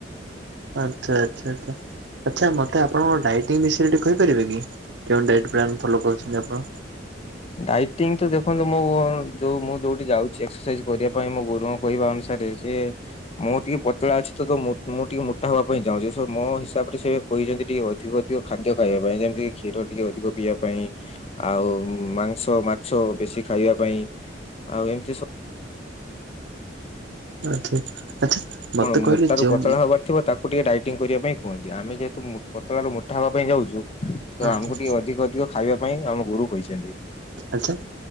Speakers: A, on the right; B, on the left.
A: ଆଚ୍ଛା ଆଚ୍ଛା ଆଚ୍ଛା। ଆଚ୍ଛା ମୋତେ ଆପଣଙ୍କ ଡାଇଟିଂ ବିଷୟରେ ଟିକେ କହିପାରିବେ କି କେଉଁ ଡାଇଟ୍ ପ୍ଲାନ୍ ଫଲୋ କରୁଛନ୍ତି ଆପଣ?
B: ଡାଇଟିଂ ତ ଦେଖନ୍ତୁ ମୋ ଗୋ ଯୋଉ ମୁଁ ଯୋଉଠି ଯାଉଛି ଏକ୍ସର୍ ସାଇଜ୍ କରିବା ପାଇଁ ମୋ ଗୁରୁଙ୍କ କହିବା ଅନୁସାରେ ଚେ ଥ୍ ମୁଁ ଟିକେ ପତଳା ଅଛି ତ ତ ମୁଁ ମୁଁ ଟିକେ ମୋଟା ହବା ପାଇଁ ଚାହୁଁଛି ସୋ ମୋ ହିସାବ୍ ରେ ସେ କହିଛନ୍ତି ଟିକେ ଅଧିକ ଅଧିକ ଖାଦ୍ୟ ଖାଇବା ପାଇଁ ଯେମିତି କି କ୍ଷୀର ଟିକେ ଅଧିକ ପିଇବା ପାଇଁ ଆଉ ମାଂସ, ମାଛ ବେଶୀ ଖାଇବା ପାଇଁ ଆଉ ଏମିତି ସ
A: ଆଚ୍ଛା ଆଚ୍ଛା। ମତେ
B: କଣ ମୋଟାରୁ
A: କହିଲେ ଯେଉଁ
B: ପତଳା ହବାର ଥିବ ତା କୁ ଟିକେ ଡାଇଟିଂ କରିବା ପାଇଁ କୁହନ୍ତି। ଆମେ ଯେହେତୁ ମୁଁ ପତଳା ରୁ ମୋଟା ହେବା ପାଇଁ ଯାଉଛୁ ତ
A: ଆଚ୍ଛା
B: ଆମକୁ ଟିକେ ଅଧିକ ଅଧିକ ଖାଇବା ପାଇଁ ଆମ ଗୁରୁ କହିଛନ୍ତି।
A: ଆଚ୍ଛା।